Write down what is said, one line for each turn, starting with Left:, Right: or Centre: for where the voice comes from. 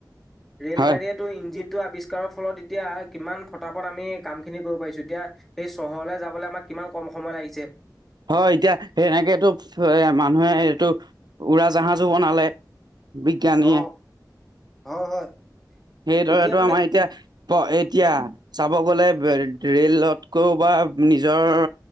Centre: ৰেল
Right: হয়
Centre: গাড়ীয়ে, টো ইঞ্জিন টো আৱিস্কাৰৰ ফলত এতিয়া কিমান ফটাফট আমি, কাম খিনি কৰিব পাৰিছোঁ এতিয়া, সেই চহৰলৈ যাবলৈ আমাক কিমান কম সময় লাগিছে।
Right: হয়', এতিয়া সেনেকেটো এ মানুহে এইটো উৰা জাহাজো বনালে। বিজ্ঞানীয়ে।
Centre: অ হয়', হয়।
Right: সেই ল'ৰাটো
Centre: এতিয়া মানে
Right: আমাৰ এতিয়া এতিয়া চাব গলে ৰে ৰেলতকৈও বা নিজৰ